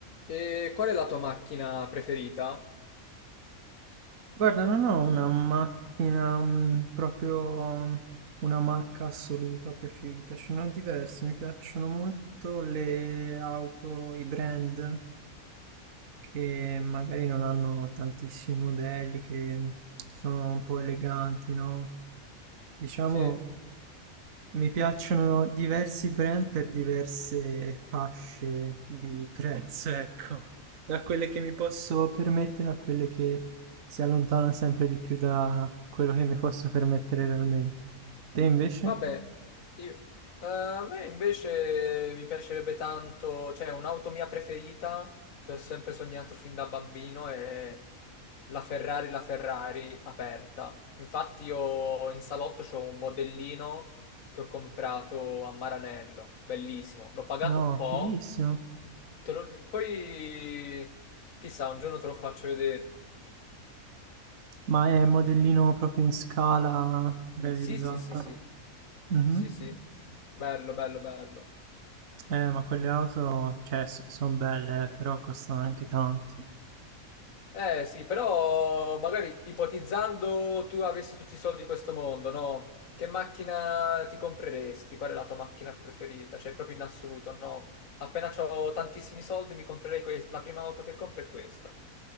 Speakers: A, on the left; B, on the right.
A: E qual è la tua macchina preferita?
B: Guarda, non ho una macchina, mm, proprio una marca assoluta preferita, ce ne ho diverse, mi piacciono molto le auto, i brand che magari non hanno tantissimi modelli, che sono un po' eleganti, no? Diciamo,
A: Sì,
B: mi piacciono diversi brand per diverse fasce di prezzo, ecco. Da quelle che mi posso permettere a quelle che si allontanano sempre di più da quello che mi posso permettere realmente. Te invece?
A: vabbè, io- eh, a me invece mi piacerebbe tanto, cioè un'auto mia preferita che ho sempre sognato fin da bambino è la Ferrari, la Ferrari aperta. Infatti io in salotto c'ho un modellino che ho comprato a Maranello, bellissimo. L'ho pagato
B: No,
A: un po',
B: fighissimo.
A: te lo- poi chissà, un giorno te lo faccio vedere.
B: Ma è modellino proprio in scala realizzata.
A: Sì, sì, sì, sì.
B: Mhm.
A: Sì, sì, bello, bello, bello.
B: Eh, ma quelle auto, cioè, sono belle, eh, però costano anche tanto.
A: Eh sì, però magari ipotizzando tu avessi tutti i soldi di questo mondo, no? Che macchina ti compreresti? Qual è la tua macchina preferita? Cioè, proprio in assoluto, no? Appena ho tantissimi soldi mi comprerei que- la prima auto che compro è questa.